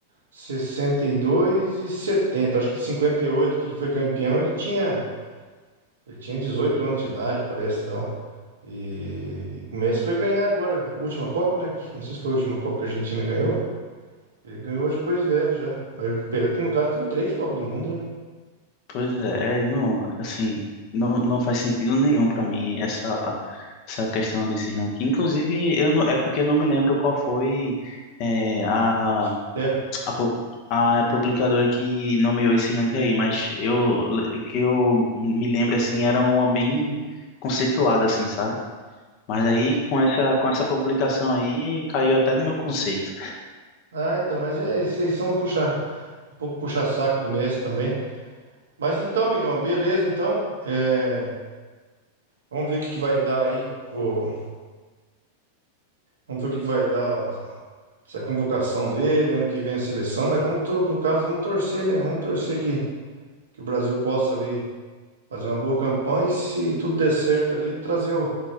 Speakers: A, on the right; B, on the left.
A: sessenta e dois e setenta. Acho que 58 que ele foi campeão, ele tinha, ele tinha 18 anos de idade, parece tal. E o Messi foi ganhar agora, a última Copa, né? Não sei se foi a última Copa que a Argentina ganhou. Ele ganhou depois de velho já. Mas o Pereira, no caso, tem três Copas do Mundo, né?
B: Pois é, não, assim, não, não faz sentido nenhum pra mim essa, essa questão desse ranking. Inclusive, eu não, é porque eu não me lembro qual foi, eh, a
A: Isso que Sério.
B: a, pu- a publicadora que nomeou esse ranking aí, mas eu que eu me lembro assim era uma bem conceituada assim, sabe? Mas aí com essa com essa publicação aí caiu até do meu conceito.
A: Ah, então, mas é, vocês são um puxar, um pouco puxar-saco do Messi também. Mas então, amigão, beleza, então. É, vamos ver o que, que vai dar aí. O, vamos ver o que, que vai dar ó, essa convocação dele, ano que vem a seleção. Mas vamos, to- no caso, vamos torcer, né? Vamos torcer que, que o Brasil possa ali fazer uma boa campanha e, se tudo der certo ali, trazer o,